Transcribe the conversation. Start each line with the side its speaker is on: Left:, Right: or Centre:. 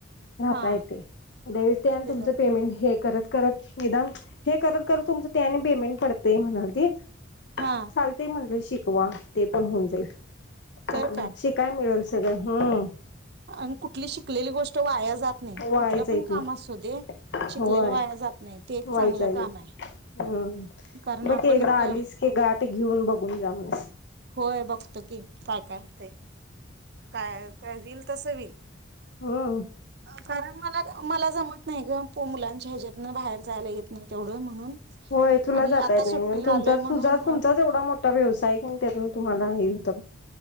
Left: राहता
Right: हा
Left: येते <unintelligible>
Right: ते
Left: तुमच
Right: बरं
Left: हे म्हण हे करत, करत निदान हे करत, करत तुमच ते आणि पेमेंट पडतय म्हणालतीत.
Right: हा
Left: चालतय म्हणल शी वा ते पण होऊन जाईल.
Right: तर
Left: करून शिकाया मिळल सगळ ह्म्म.
Right: अन कुठली शिकलेली गोष् तो वाया जात नाही.
Left: वाया
Right: कुठल
Left: जाईत
Right: पण
Left: नाही
Right: काम असू दे
Left: होय
Right: शिकलेल वाया जात नाही. ते एक
Left: वाया
Right: चांगलं
Left: जाईल
Right: काम आहे.
Left: हम्म
Right: कारण
Left: बघ
Right: आपण
Left: की एकदा
Right: क-
Left: आलीस की गा आता ते घेऊन बघून जा म्हणून.
Right: होय बघतो की काय काय हुतय. काय, काय रील तसं वि
Left: हम्म
Right: कारण मला मला जमत नाही ग पु मुलांच्या ह्याच्यातन बाहेर जायला यत नाही तेव्हढ म्हणून
Left: व्हय तुला
Right: आणि
Left: जाता
Right: आता
Left: येत
Right: सुट्टीला
Left: नाही ग तुमचा
Right: आलोय म्हणून
Left: तुझा तुमचाच एव्हढा मोठ्ठा व्यवसाय आहे की त्यातून तुम्हाला हे होत